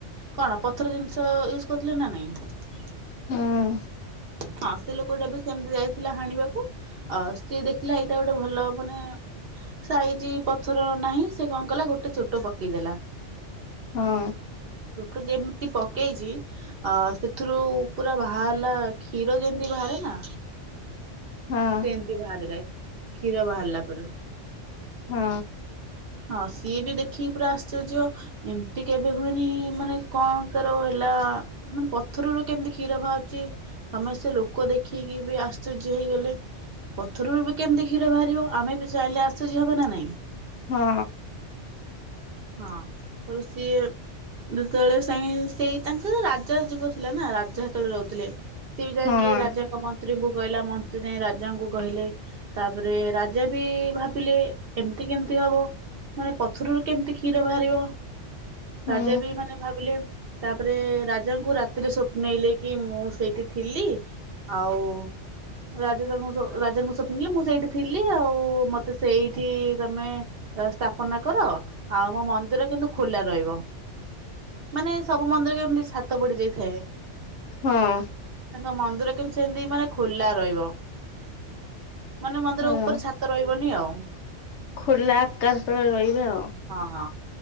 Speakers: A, on the right; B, on the left.
A: କଣ ପଥର ଜିନିଷ ୟୁଜ କରିଥିଲେ ନା ନାଇଁ?
B: ହଁ।
A: ହଁ ସେ ଲୋକଟା ବି ସେମିତି ଯାଇଥିଲା ହାଣିବାକୁ ଆ ସିଏ ଦେଖିଲା ଏଇଟା ଗୋଟେ ଭଲ ମାନେ ସାଇଜ ପଥର ନାହିଁ ସେ କଣ କଲା ଗୋଟେ ଚୋଟ ପକେଇ ଦେଲା
B: ହଁ।
A: ଚୋଟ ଯେମିତି ପକେଇଛି ଅ ସେଥିରୁ ପୁରା ବାହାରିଲା କ୍ଷୀର ଯେମିତି ବାହାରେ ନା
B: ହଁ
A: ସେମିତି ବାହାରିଲା କ୍ଷୀର ବାହାରିଲା ପରି
B: ହଁ।
A: ହଁ ସିଏ ବି ଦେଖିକି ପୁରା ଆଶ୍ଚର୍ଯ୍ୟ ଏମିତି କେବେ ହୁଏନି ମାନେ କଣ ତାର ହେଲା ମାନେ ପଥରରୁ କେମିତି କ୍ଷୀର ବାହାର ବାହାରୁଚି ସମସ୍ତେ ଲୋକ ଦେଖିକି ବି ଆଶ୍ଚର୍ଯ୍ୟ ହେଇଗଲେ ପଥରରୁ ବି କେମିତି କ୍ଷୀର ବାହାରିବ ଆମେ ବି ଚାହିଁଲେ ଆଶ୍ଚର୍ଯ୍ୟ ହବ ନା ନାଇଁ
B: ହଁ।
A: ହଁ ତାପରେ ସିଏ ଯେତେବେଳେ ସେଇ ତାଙ୍କର ରାଜା ଯୁଗ ଥିଲା ନା ରାଜା ସେତେବେଳେ ରହୁଥିଲେ। ସିଏ ବି ଯାଇକି
B: ହଁ
A: ରାଜାଙ୍କ ମନ୍ତ ମନ୍ତ୍ରୀଙ୍କୁ କହିଲା ମନ୍ତ୍ରୀ ଯାଇ ରାଜାଙ୍କୁ କହିଲେ ତାପରେ ରାଜା ବି ଭାବିଲେ ଏମିତି କେମିତି ହବ ମାନେ ପଥରରୁ କେମିତି କ୍ଷୀର ବାହାରିବ
B: ହୁଁ
A: ରାଜା ବି ମାନେ ଭାବିଲେ ତାପରେ ରାଜାଙ୍କୁ ରାତିରେ ସ୍ୱପ୍ନେଇଲେ କି ମୁଁ ସେଇଠି ଥିଲି ଆଉ ରାଜା ତାଙ୍କୁ ରାଜାଙ୍କୁ ସ୍ୱପ୍ନେଇଲେ ମୁଁ ସେଇଠି ଥିଲି ଆଉ ମତେ ସେଇଠି ତମେ ସ୍ଥାପନା କର। ଆଉ ମୋ ମନ୍ଦିର କିନ୍ତୁ ଖୋଲା ରହିବ ମାନେ ସବୁ ମନ୍ଦିର କେମତି ଶାନ୍ତ ପଡିଯାଇଥାଏ। ତାଙ୍କ
B: ହଁ
A: ମନ୍ଦିର କେମତି ସେମିତି ମାନେ ଖୋଲା ରହିବ। ମାନେ ମନ୍ଦିର
B: ହଁ
A: ଉପରେ ଛାତ ରହିବନି ଆଉ।
B: ଖୋଲା ଆକାଶ ତଳେ ରହିବେ ଆଉ।
A: ହଁ